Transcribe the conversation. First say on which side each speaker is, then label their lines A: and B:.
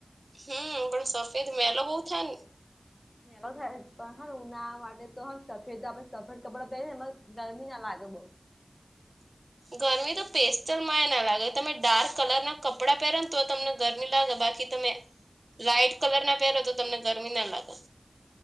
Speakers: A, on the right; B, on the left.
A: હે પણ સફેદ મેલો બહુ થાય ને.
B: થાય પણ હેને ઉનાળા માટે તો હેને સફેદ આપડે સફેદ કપડા પેરી ને ગરમી ના લાગે બઉ.
A: ગરમી તો પેસ્ટલમાં એ ના લાગે તમે ડાર્ક કલર ના કપડાં પહેરે ને તો તમને ગરમી લાગે બાકી તમે લાઈટ કલર ના પહેરો તો તમને ગરમી ના લાગે.